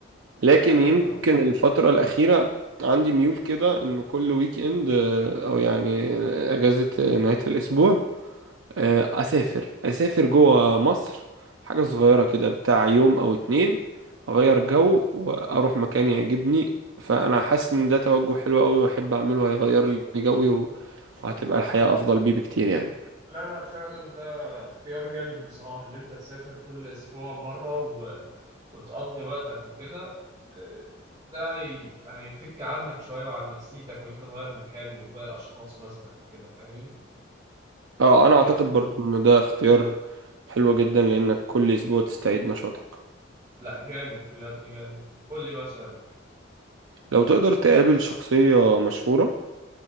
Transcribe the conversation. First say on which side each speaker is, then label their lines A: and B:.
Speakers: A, on the right (about 85°); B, on the right (about 20°).
A: لكن
B: ايوه
A: يمكن
B: فاهم
A: الفترة الأخيرة عندي ميول كده إنه كل ويك إند آه، أو يعني أجازة نهاية الأسبوع آه، اسافر اسافر جوه مصر حاجه صغيره كده بتاع يوم او اتنين اغير جو واروح مكان يعجبني فانا حاسس ان ده توجه حلو قوي واحب اعمله هيغير لي جوي و- وهتبقى الحياه افضل بيه بكتير يعني
B: لا لا فعلا ده اختيار جامد بصراحة ان انت تسافر كل اسبوع مرة وتقضي وقتك وكده آه، ده هي- هيفك عنك شوية وعن نفسيتك وإن أنت تغير مكان وتغير أشخاص مثلا كده فاهمني؟
A: اه انا
B: آه،
A: اعتقد برضو ان ده اختيار حلو جدا لانك كل اسبوع تستعيد نشاطك
B: لا جامد بجد جامد قول لي بقى سؤالك
A: لو تقدر تقابل شخصيه مشهوره